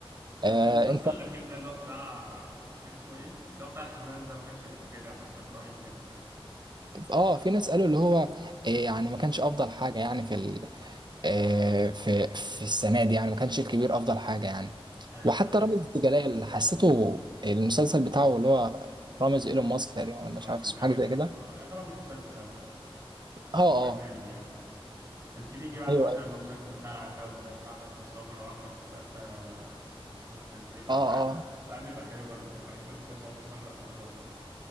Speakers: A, on the right; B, on the right.
A: بس
B: آه
A: المسلسل الاخير ده اللي هو بتاع كان اسمه ايه اللي هو بتاع الحمام ده ما كانش قد كده حسب رأي الناس يعني
B: اه في ناس قالوا اللي هو آه، يعني ما كانش افضل حاجه يعني في ال... آه، في في السنه دي يعني ما كانش الكبير افضل حاجه يعني
A: ايوه
B: وحتى
A: ايوه
B: رامز جلال حسيته المسلسل بتاعه اللي هو رامز
A: قصدك
B: ايلون ماسك تقريبا ولا مش
A: اه البرنامج
B: عارف اسمه حاجه زي
A: اه
B: كده
A: يعتبر مش مسلسل اوي
B: اه اه
A: هو برنامج يعني كان في بيجي بعده
B: ايوه
A: كده
B: ايوه
A: اللي هو مسلسل بتاع العتاولة ده بتاع باسم سمرة واحمد السقا آه، س- كان بيبقى
B: اه
A: ساعات
B: اه
A: ساعات بيبقى حلو برضو كده بحب باسم سمرة في الادوار دي